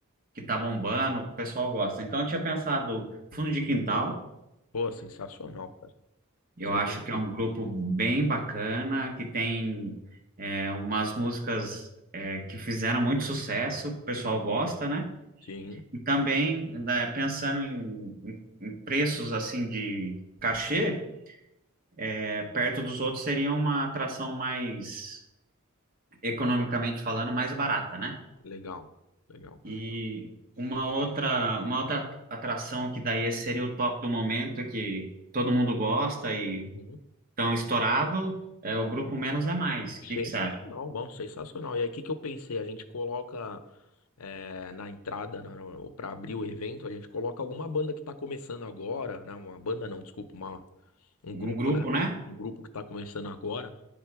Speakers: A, on the right; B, on the left.
A: que tá bombando, que o pessoal gosta. Então, eu tinha pensado fundo de quintal.
B: Pô, sensacional, cara.
A: Eu
B: Isso aí
A: acho
B: tem que
A: que
B: ter.
A: é um grupo bem bacana, que tem é, umas músicas é, que fizeram muito sucesso, que o pessoal
B: Uhum,
A: gosta, né?
B: Sim,
A: E também, né, pensando em, em- em preços assim de cachê, é, perto dos outros seria uma atração mais, economicamente falando, mais barata, né?
B: legal, legal.
A: E uma outra, uma outra atração que daí seria o top do momento, que todo mundo gosta e
B: uhum,
A: tão estourado, é o grupo Menos é Mais. O
B: Sensacional,
A: que que você acha?
B: bom, sensacional. E aí, o que que eu pensei? A gente coloca é, na entrada, para abrir o evento, a gente coloca alguma banda que tá começando agora, né? Uma banda não, desculpa, uma, um
A: Um
B: grupo,
A: grupo,
B: né?
A: né?
B: Um grupo que tá começando agora.